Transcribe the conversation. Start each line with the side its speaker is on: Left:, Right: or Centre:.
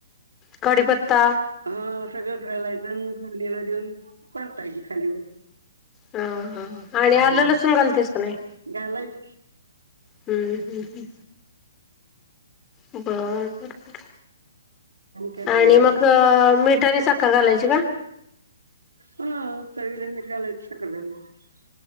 Left: कडीपत्ता
Right: हां सगळं घालायचं फोडणीला देऊन परतायची खालीवर
Left: हां ह आणि
Right: हम्म
Left: आलं लसूण घालतेस का नाही.
Right: घालायच
Left: <inaudible> हम्म हम्म. बरं बर-बर,
Right: काय पाहिजे
Left: आणि मग मिठ आणि साखर घालायची का?
Right: हा चवीला मीठ घालायच साखर घालायची.